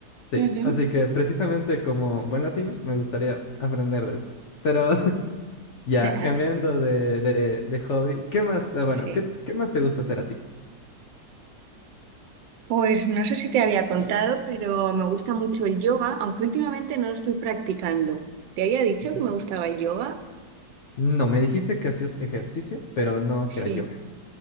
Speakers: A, on the left; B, on the right.
A: Sí,
B: Ujú.
A: así que precisamente como buen latino me gustaría aprender de eso. Pero <laughs> ya,
B: <laughs>
A: cambiando de, de, de hobby, ¿qué más, eh, bueno,
B: Sí.
A: ¿qué, qué más te gusta hacer a ti?
B: Pues no sé si te había contado, pero me gusta mucho el yoga, aunque últimamente no lo estoy practicando. ¿Te había dicho
A: Ujú.
B: que me gustaba el yoga?
A: No, me dijiste que hacías ejercicio, pero no
B: Sí,
A: que era yoga.